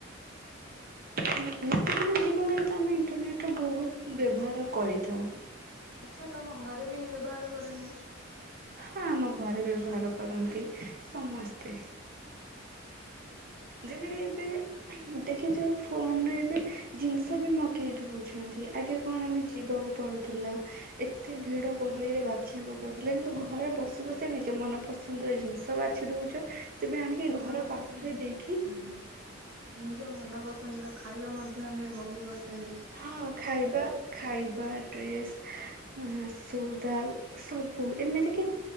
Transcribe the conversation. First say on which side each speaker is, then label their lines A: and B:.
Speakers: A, on the right; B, on the right.
A: ନୀ-ନୀତି ଦିନିଆ ଜୀବନରେ ତ ଆମେ ଇଣ୍ଟରନେଟ ର ବହୁତ ବ୍ୟବହାର କରିଥାଉ।
B: ଆଚ୍ଛା ତମ ଘରେ ବି ବ୍ୟବହାର କରନ୍ତି ନା।
A: ହଁ ଆମ ଘରେ ବ୍ୟବହାର କରନ୍ତି ସମସ୍ତେ। ଯେମିତି ଏବେ। ଦେଖିଥିବୁ ଫୋନରେ ଏବେ ଜିନିଷ ବି ମଗେଇ ଦଉଛନ୍ତି ଆଗେ କଣ ଆମେ ଯିବାକୁ ପଡ଼ୁ ଥିଲା ଏତେ ଭିଡ଼ ଗହଳିରେ ବାଛିବାକୁ ପଡ଼ୁଥିଲା କିନ୍ତୁ ଘରେ ବସି ବସି ନିଜେ ମନ ପସନ୍ଦର ଜିନିଷ ବାଛି ଦଉଚ ତେବେ ଆଣିକି
B: ନିଜ ମନ
A: ଘର
B: ପସନ୍ଦ
A: ପାଖରେ ଦେଇ
B: ହୁଁ ନିଜ ମନ ପସନ୍ଦର ଖାଇବା ମଧ୍ୟ ଆମେ ମଗେଇ ପାରୁଛନ୍ତି।
A: ହଁ ଖାଇବା ଖାଇବା, ଡ୍ରେସ୍ ଏ ହେଁ ସଉଦା। ସବୁ ଏମିତି କି